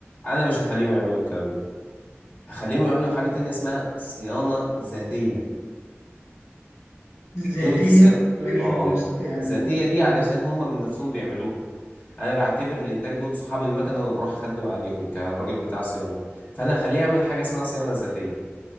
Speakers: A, on the left; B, on the left.
A: انا مش هخليهم يعملوا الكلام ده هخليهم يعملوا حاجه تانية اسمها صيانه ذاتيه
B: ذاتية
A: كلمه الصيانه
B: غريب
A: اه
B: المست... يعني
A: ذاتيه دي
B: مم.
A: علشان هم من نفسهم بيعملوها انا بعتبر الانتاج دول صحاب المكنه انا بروح اخدم عليهم كراجل بتاع صيانه فانا هخليه يعمل حاجه اسمها صيانه ذاتيه